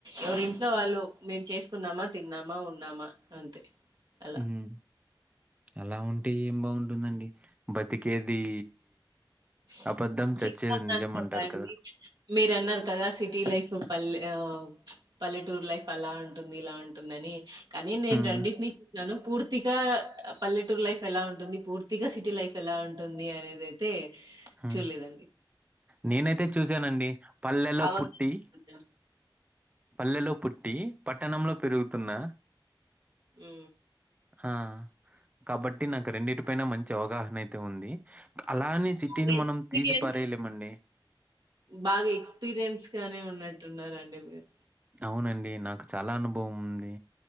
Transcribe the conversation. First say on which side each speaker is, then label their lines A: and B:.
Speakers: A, on the right; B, on the right.
A: ఎవరి ఇంట్లో వాళ్ళు మేము చేసుకున్నామా, తిన్నామా, ఉన్నామా అంతే అలా
B: హ్మ్. అలా ఉంటే ఏం బావుంటుందండి బతికేది
A: <unintelligible>
B: అబద్ధం, చచ్చేది నిజం అంటారు
A: అండి
B: కదా!
A: మీరన్నారు కదా సి టి లైఫ్ పల్లె ఆ పల్లెటూరు లైఫ్ అలా ఉంటుంది ఇలా ఉంటుందిని కానీ నేన్
B: హ్మ్.
A: రెండింటినీ చూసినాను. పూర్తిగా పల్లెటూరు లైఫ్ ఎలా ఉంటుంది, పూర్తిగా సిటీ లైఫ్ ఎలా ఉంటుంది. అనేది అయితే
B: హ్మ్.
A: చూడలేదండి.
B: నేనైతే చూసానండి పల్లెల్లో
A: అవగాహన
B: పుట్టి పల్లెలో పుట్టి పట్టణంలో పెరుగుతున్న
A: ఉ
B: ఆ కాబట్టి నాకు రెండింటిపైన మంచి అవగాహన అయితే ఉంది. అలా అని సిటీని
A: మె
B: మనం
A: మీడియమ్స్
B: తీసి పారేయలేమండి.
A: బాగా ఎక్స్పీరియన్స్ గానే ఉన్నట్టున్నారండి. మీరు
B: అవునండి నాకు చాలా అనుభవం ఉంది.